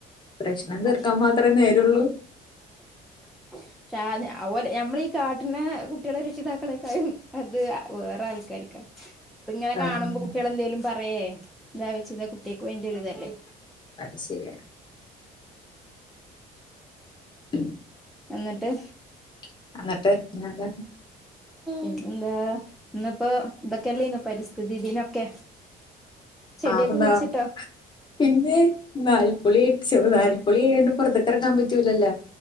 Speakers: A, on the left; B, in the centre.
A: പ്രശ്നം തീർക്കാൻ
B: അത്
A: മാത്രമേ നേരള്ളൂ.
B: <inaudible> ക്ഷ നമ്മളീ ഈ കാട്ടിന്ന കുട്ടികളെ രക്ഷിതാക്കളേക്കായും അത് വേറെ ആൾക്കാർരിക്കാണ് ഇപ്പൊ ഇങ്ങനെ
A: ആഹ്
B: കാണുമ്പോ കുട്ടികൾ എന്തേലും പറയേ എതാ വെച്ചത കുട്ടികക്ക് വേണ്ടിയ ഇതല്ലേ
A: അത് ശരിയ ഉ
B: എന്നിട്ട്
A: <unintelligible>
B: എന്താ ഇന്നപ്പൊ ഇതൊക്കെല്ലന്ന പരിസ്ഥിതി ദീനൊക്കെ ചെടിയൊക്കെ
A: ആറന്താ
B: കുഴിച്ചിട്ടോ
A: പിന്നെ നാൽപ്പൊളി അടിച്ചു നാൽപ്പൊളി എഴണ്ട് പുറത്തക്കറക്കാൻ പറ്റു പറ്റുലല്ല